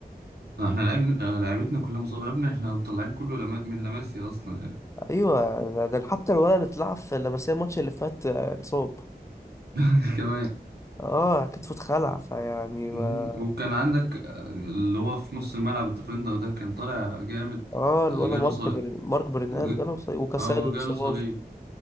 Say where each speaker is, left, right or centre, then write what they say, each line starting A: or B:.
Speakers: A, on the right; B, on the left.
A: احنا لعبنا لعبتنا كلها مصابه يا ابني احنا مطلعين كله لما... من لاماسيا اصلا يعني
B: ايوه ده حتى الولد اللي اتلعب في لمسيه الماتش اللي فات آه، اتصاب
A: <laughs> كمان
B: اه كتفه اتخلع فيعني ما
A: مم. وكان عندك آه، اللي هو في نص الملعب الديفندر ده كان طالع جامد
B: اه الولد
A: آه، جاله
B: مارك
A: صليب
B: بر... مارك برنال
A: ج...
B: جاله إصابة، وكاسادو
A: اه
B: اتصاب
A: جاله صليب